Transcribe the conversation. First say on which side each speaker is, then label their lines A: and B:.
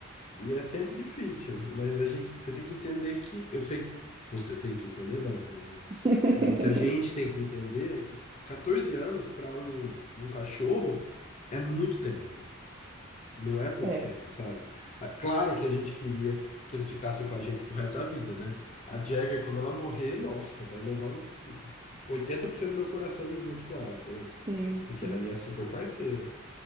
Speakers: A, on the left (about 35°); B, on the right (about 20°).
A: E é sempre difícil, mas a gente, você tem que entender que, eu sei que você tem que entender, não, né? Mas
B: <laughs>
A: é, o que a gente tem que entender é que 14 anos para um, um cachorro é muito tempo, não é pouco
B: É,
A: tempo, sabe? Ah, Claro que a gente queria que eles ficassem com a gente pro resto da vida, né? A Jagger, quando ela morrer, nossa, vai levar um 80% do meu coração junto com ela, entendeu?
B: sim,
A: Porque
B: sim.
A: ela é minha super parceira.